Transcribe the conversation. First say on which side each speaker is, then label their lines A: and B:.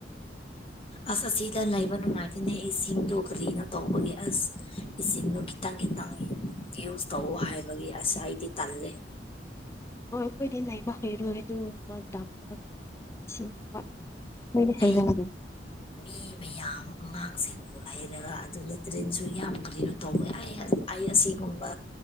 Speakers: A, on the left; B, on the left.
A: ꯑꯁ ꯑꯁꯤꯗ ꯂꯩꯕ ꯅꯨꯡꯉꯥꯏꯇꯅꯦ ꯑꯩꯁꯤꯡꯗꯣ ꯀꯔꯤꯅ ꯇꯧꯕꯒꯤ ꯑꯁ ꯏꯁꯤꯡꯗꯣ ꯈꯤꯇꯪ ꯈꯤꯇꯪ ꯌꯨꯁ ꯇꯧꯋꯣ ꯍꯥꯏꯕꯒꯤ ꯑꯁ ꯑꯩꯗꯤ ꯇꯜꯂꯤ
B: ꯍꯣꯏ ꯑꯩꯈꯣꯏꯗꯤ ꯂꯩꯥꯏꯕ ꯍꯩꯔꯣꯏ ꯑꯗꯨꯒꯨꯝꯕ ꯇꯝꯃꯣ ꯏꯁꯤꯡ ꯋꯥꯠꯔꯗꯤ ꯃꯣꯏꯗꯤ
A: ꯂꯩ
B: ꯍꯩꯅꯒꯗꯔ
A: ꯃꯤ ꯃꯌꯥꯝ ꯑꯉꯥꯡꯁꯤꯡꯕꯄ ꯂꯩꯔꯒ ꯑꯗꯨ ꯂꯦꯇ꯭ꯔꯤꯟꯁꯨ ꯌꯥꯝ <unintelligible> ꯇꯧꯋꯦ ꯑꯩ ꯑꯩ ꯑꯁꯤꯒꯨꯝꯕ